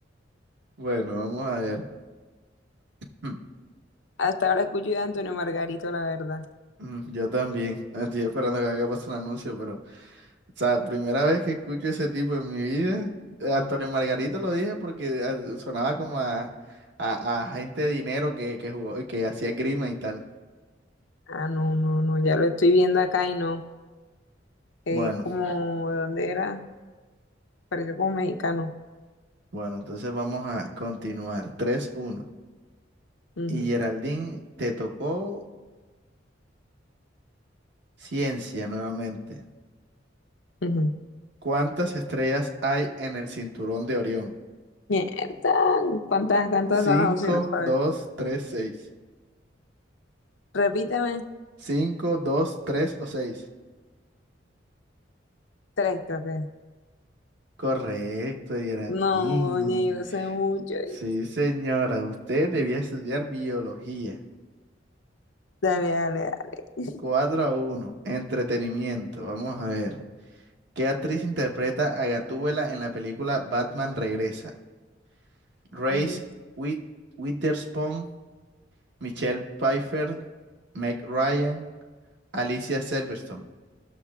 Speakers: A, on the right (about 65°); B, on the left (about 80°).
A: Bueno, vamos a ver. Hmm,
B: Hasta ahora escucho de Antonio Margarito, la verdad.
A: mm, Yo también. Estoy esperando que acá pase un anuncio, pero, o sea, primera vez que escucho ese tipo en mi vida. Antonio Margarito lo dije porque ah, sonaba como a, a, a gente de dinero que, que jugó- que hacía grima y tal.
B: Ah, no, no, no, ya lo estoy viendo acá y no. Eh,
A: Bueno,
B: como, ¿de dónde era? Parece como mexicano.
A: bueno, entonces vamos a continuar. Tres uno.
B: Ujú,
A: Y Geraldine, te tocó ciencia nuevamente.
B: ujú.
A: ¿Cuántas estrellas hay en el cinturón de Orión?
B: Mierda, ¿cuántas, cuántas
A: cinco
B: son las opciones para
A: dos
B: ver?
A: tres seis
B: Repíteme,
A: cinco dos 3 o seis
B: tres creo que. es.
A: Correcto, Geraldine.
B: No, ni yo sé mucho.
A: Sí,
B: y-
A: señora, usted debía estudiar biología.
B: Dale, dale, dale. <laughs>
A: cuatro a uno entretenimiento. Vamos a ver. ¿Qué actriz interpreta a Gatúbela en la película Batman Regresa? Reese
B: Ujú.
A: With Witherspoon, Michelle Pfeiffer, Meg Ryan, Alicia Silverstone.